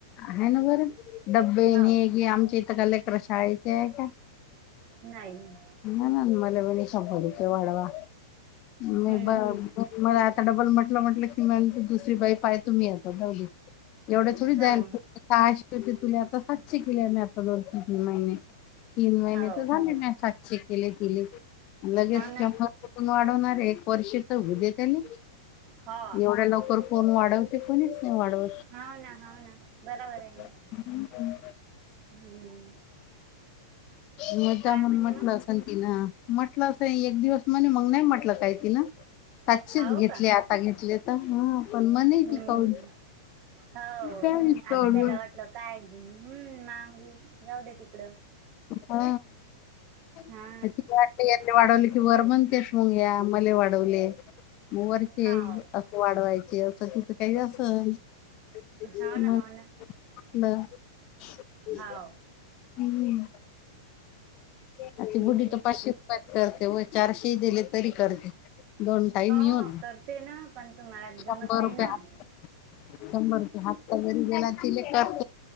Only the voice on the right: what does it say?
हाव
नाही.
हम्म
हम्म
हाव
हाव
हाव ना
हा
हाव ना हाव ना बरोबर आहे ना
हम्म.
काय म्हणे
मग
हाव
का
हम्म.
हो
आता त्याला वाटलं काय घेऊन हम्म मांगू जाऊ द्या तिकडं.
हा
हाव
हाव ना हाव ना
हाव
हम्म.
हो
करते ना पण तुम्हाला
जमत नाही
ना